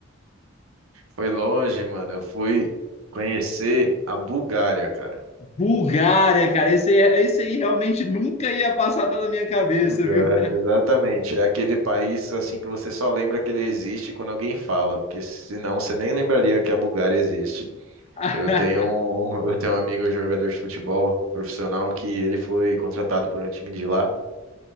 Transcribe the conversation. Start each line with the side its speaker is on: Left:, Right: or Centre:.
Right: Foi longe, mano. Eu fui conhecer a Bulgária, cara.
Left: <laughs> Bulgária, cara, esse aí, esse aí realmente nunca ia passar pela minha cabeça,
Right: Bulgária,
Left: viu?
Right: exatamente. É aquele país assim que você só lembra que ele existe quando alguém fala, porque senão você nem lembraria que a Bulgária existe.
Left: <laughs>
Right: Eu tenho um, <laughs> eu tenho um amigo jogador de futebol profissional que ele foi contratado por um time de lá.